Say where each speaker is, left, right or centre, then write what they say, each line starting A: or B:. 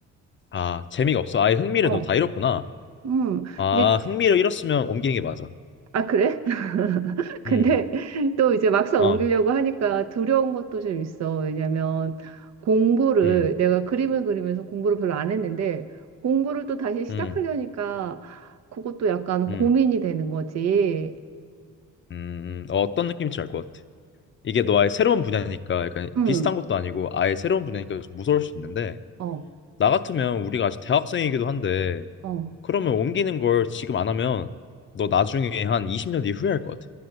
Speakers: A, on the left; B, on the right.
A: 아, 재미가 없어. 아예 흥미를
B: 어,
A: 너 다 잃었구나.
B: 음,
A: 아,
B: 이제,
A: 흥미를 잃었으면 옮기는 게 맞아.
B: 아, 그래? 근데
A: 음,
B: <laughs> 또 이제 막상
A: 어,
B: 옮기려고 하니까 두려운 것도 좀 있어. 왜냐면 공부를
A: 음,
B: 내가 그림을 그리면서 공부를 별로 안 했는데 공부를 또 다시 시작하려니까
A: 음,
B: 그것도 약간
A: 음,
B: 고민이 되는 거지.
A: 음, 음. 어, 어떤 느낌인지 알 것 같아. 이게 너 아예 새로운 분야니까 약간
B: 응,
A: 비슷한 것도 아니고 아예 새로운 분야니까 좀 무서울 수 있는데
B: 어,
A: 나 같으면 우리가 아직 대학생이기도 한데
B: 어,
A: 그러면 옮기는 걸 지금 안 하면 너 나중에 한 20년 뒤에 후회할 것 같아.